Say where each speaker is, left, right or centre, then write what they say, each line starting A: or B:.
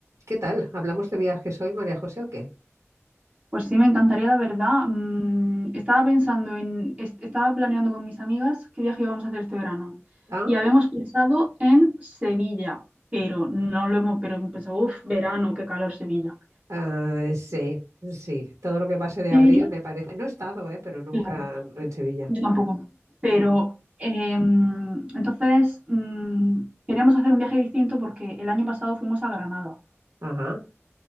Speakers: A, on the right; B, on the right.
A: ¿Qué tal? ¿Hablamos de viajes hoy, María José, o qué?
B: Pues sí, me encantaría, la verdad. Mm, estaba pensando en, est- estaba planeando con mis amigas qué viaje íbamos a hacer este verano.
A: Ah,
B: Y habíamos pensado en Sevilla, pero no lo hemos, pero pensado, uff, verano, qué calor Sevilla.
A: ah, sí, sí. Todo lo que pase de
B: Pero,
A: abril me parece. No he estado, eh, pero nunca
B: claro,
A: en Sevilla.
B: yo tampoco. Pero
A: Ujú.
B: em, entonces mm, queríamos hacer un viaje distinto porque el año pasado fuimos a Granada.
A: Ajá.